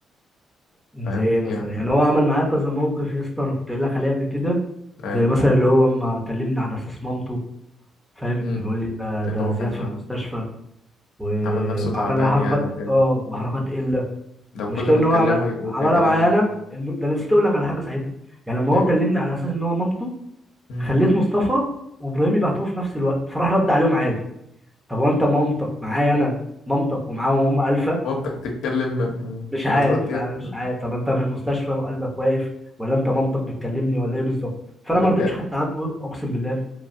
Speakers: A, in the centre; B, on the left.
A: زي
B: فاهم
A: ايه مثلا
B: يعني
A: يعني هو عمل معايا كذا موقف يا اسطى انا كنت قايل لك عليه قبل كده
B: اي
A: زي مثلا اللي هو اما كلمني على اساس مامته فاهم
B: امم
A: وبيقول لي ده, ده
B: اللي هو
A: زياد
B: كان
A: في المستشفى و...
B: عمل نفسه
A: وعمل
B: تعبان
A: معايا حركات
B: يعني وكده
A: اه وحركات
B: مم.
A: قله
B: لو
A: المشكله
B: كل ما
A: ان
B: نكلمه
A: هو عمل
B: يقول
A: عملها
B: لي يا جدعان
A: معايا انا الم... ده انا نسيت اقول لك على حاجه ساعتها يعني لما
B: أنا-
A: هو
B: ايه
A: كلمني على اساس ان هو مامته
B: مم.
A: خليت مصطفى وابراهيم يبعتوا له في نفس الوقت فراح رد عليهم عادي طب هو انت مامتك معايا انا مامتك ومعاهم هم 1000
B: مامتك تتكلم
A: مش عارف
B: آه، بترد يا
A: انا
B: ابني
A: مش عارف طب انت في المستشفى وقلبك واقف ولا انت منطق بتكلمني ولا ايه بالظبط فانا ما
B: ده بجد
A: رضيتش حتى اعاتبه اقسم بالله